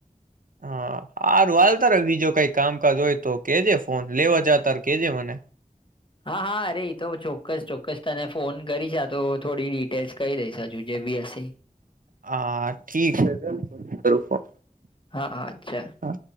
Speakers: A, on the right (about 70°); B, on the left (about 35°).
A: આ હારું વાલ તાર બીજો કઈ કામકાજ હોય તો કેજે ફોન લેવા જ તાર કેજે મને
B: હા હા અરે તો ચોક્કસ ચોક્કસ તને ફોન કરીશ તો થોડી ડિટેલ્સ કહી દઈશ હજુ જે બી હશે
A: હા ઠીક છે ચાલ ફન કરું ફોન
B: હા હા્ છે
A: હા